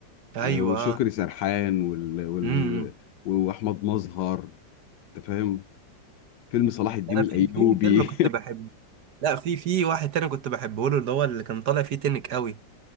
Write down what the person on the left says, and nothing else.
لو شكري
سرحان وال... وال...
واحمد مظهر انت فاهم فيلم صلاح الدين
الايوبي